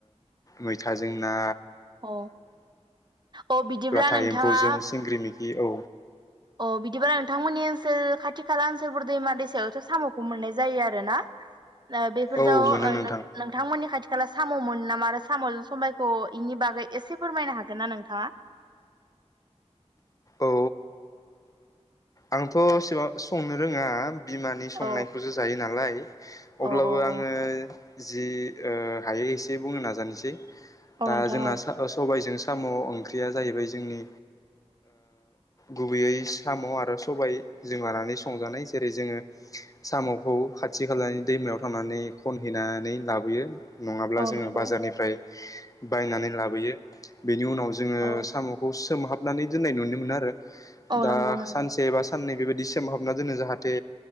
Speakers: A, on the left (about 30°); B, on the right (about 40°).
A: मैथाजोंना
B: अ अ बिदिब्ला
A: लाथा
B: नोंथाङा
A: एम्फौजों सिंग्रि मिखि औ
B: अ बिदिबा नोंथांमोननि ओनसोल खाथि खाला ओनसोलफोर दैमा दैसायावथ' साम'खौ मोननाय जायो आरो ना बेफोरजों
A: औ मोनो नोंथां
B: नोंथांमोननि खाथि खाला साम'मोन नामा आरो साम'जों समबायखौ इनि बागै एसे फोरमायनो हागोन ना नोंथाङा।
A: औ आंथ' सिगां संनो रोङा। बिमानि संनायखौसो
B: औ
A: जायो नालाय अब्लाबो
B: औ औ औ
A: आङो जि हायो एसे बुंनो नाजानोसै
B: औ
A: दा
B: नोंथां
A: जोंना
B: औ
A: सबायजों साम' ओंख्रिया जाहैबाय जोंनि गुबैयै साम' आरो सबाय जों लानानै संजानाय जेरै जोङो साम'खौ खाथि खालानि दैमायाव थांनानै खनहैनानै लाबोयो नङाब्ला
B: औ
A: जोङो
B: नंगौ
A: बाजारनिफ्राय बायनानै लाबोयो बेनि उनाव जोङो
B: औ
A: सामखौ सोमहाबनानै दोननाय नुनो मोनो आरो
B: औ
A: दा
B: नंगौ नंगौ
A: सानसे बा साननै बेबायदि सोमहाबना दोनो जाहाथे